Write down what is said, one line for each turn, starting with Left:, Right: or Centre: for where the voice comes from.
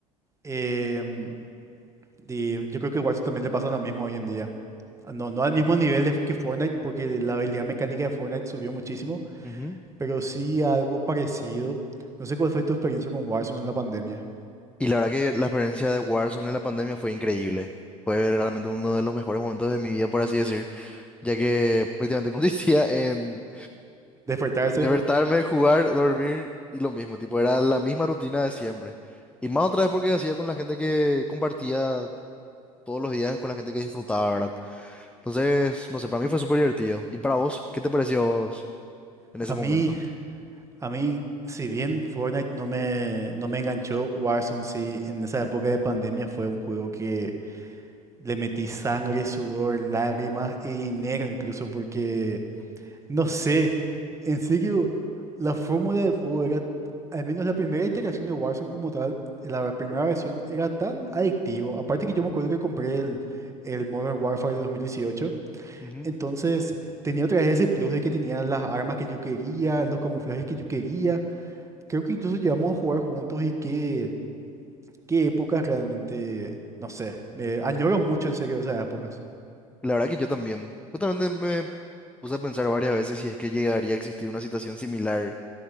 Right: em, y yo creo que Warzone también le pasa lo mismo hoy en día. No, no al mismo nivel de- que Fortnite, porque de- la habilidad mecánica de Fortnite subió muchísimo,
Centre: ujú.
Right: pero sí algo parecido. No sé cuál fue tu experiencia con Warzone en la pandemia.
Centre: Y la verdad que la experiencia de Warzone en la pandemia fue increíble. Fue realmente uno de los mejores momentos de mi vida, por así decir, ya que prácticamente consistía <laughs> en
Right: Despertarse.
Centre: Despertarme, jugar, dormir y lo mismo, tipo, era la misma rutina de siempre. Y más otra vez porque hacía con la gente que compartía todos los días, con la gente que disfrutaba, ¿verdad? Entonces, no sé, para mí fue súper divertido. ¿Y para vos, qué te pareció a vos en
Right: A
Centre: ese momento?
Right: mí, a mí, si bien Fortnite no me, no me enganchó, Warzone sí, en esa época de pandemia fue un juego que le metí sangre, sudor, lágrimas y dinero incluso, porque No sé, en serio, la fórmula del juego era, al menos la primera iteración de Warzone como tal, la primera versión era tan adictivo. Aparte que yo me acuerdo que compré el, el Modern Warfare de 2018,
Centre: Ujú.
Right: entonces tenía otra vez ese plus de que tenía las armas que yo quería, los camuflajes que yo quería. Creo que incluso llegamos a jugar juntos y qué, qué épocas realmente, no sé, me añoro mucho en serio esas épocas.
Centre: La verdad que yo también. Justamente me puse a pensar varias veces si es que llegaría a existir una situación similar